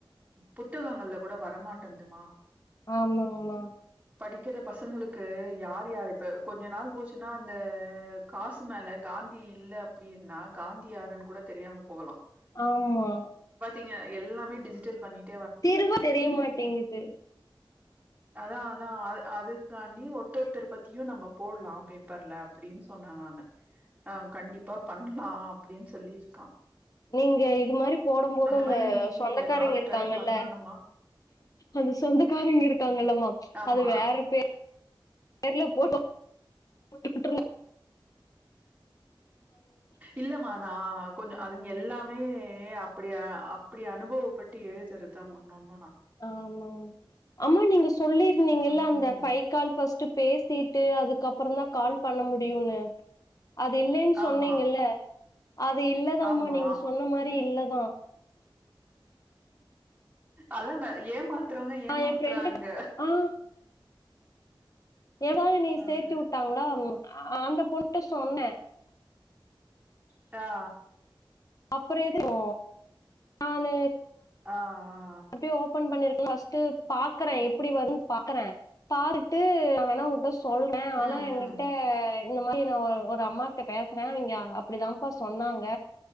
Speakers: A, on the right; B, on the left.
A: புத்தகங்கள்ல கூட வரமாட்டேந் துமா
B: ஆமாங் மா
A: படிக்கற பசங்களுக்கு யார் யாரு இப்ப கொஞ்ச நாள் போச்சுனா அந்த காசு மேலே காந்தி இல்ல அப்டின்னா காந்தியாருன்னு கூட தெரியாம போகலாம்
B: ஆமா
A: ஏங்க எல்லாமே டிஜிட்டல் பண்ணிட்டு
B: திரும்ப தெரியமாட்டேங்குது
A: அதான் அதான் அது அதர்காண்டி ஒருத்தொருதர் பத்தியும் நம்ம போடலாம் பேப்பர்ல அப்படின்னு சொன்னேன் நானு ஆஹ கண்டிப்பா பண்ண லா அப்படின்னு சொல்லியிருக்கான்
B: நீங்க இது மாதிரி போடும் போது அந்த
A: மாரி
B: சொந்தக்காரங்க
A: ஏதாவது
B: இருக்காங்க
A: ட்ரை
B: மொதல்ல
A: பண்ணணுமா
B: அந்த சொந்தக்காரங்க இருக்கு இருக்காங்களா ஆமாம்
A: ஆமா
B: அது வேற பே பேர்ல போட்டோ <unintelligible>
A: இல்லமா நா கொஞ்சோ அதுங்க எல்லாமே ஏ அப்பிடியா அப்பிடி அனுபவப்பட்டு எழுதுறதுதா ஒன்னொன்
B: ஆமாங்க ஆமா நீங்க சொல்லிருந்தீங்கல்ல
A: ம்
B: அந்த ஃபைகால்பஸ்ட்டு பேசிட்டு அதுக்கப்புறோதா கால் பண்ண முடியுனு அது இல்லென்னு
A: ஆமா
B: சொன்னிங்கல்ல அது இல்லதாமா
A: ஆமா
B: நீங்க சொன்ன மாரி இல்ல மா
A: அதன ஏமாத் த்துறவங்க
B: நா
A: ஏமாத்துறாங்க
B: எ ஃப்ரெண்டுக் ஆ ஏதா என்னை
A: ம்.
B: சேத்திவுட்டாங்களா அந்த பொண் சொன்னே
A: ட ஆ
B: அப்புறோ எதுக்கு நானு
A: ஆ ஆ
B: அப்பிடியே ஓபன் பண்ணிரு பஸ்டு பாக்குறே எப்பிடி வருதுன்னு பாக்குறே பாத்துட்டு நா வேணுணா உட்ட சொல்றே ஆனா
A: ம்
B: எங்கிட்ட
A: ம்
B: இந்த மாரி நா ஒ ஒரு அம்மாட்ட பேசறே அவிங்க அப்பிடிதாப்பா சொன்னாங்க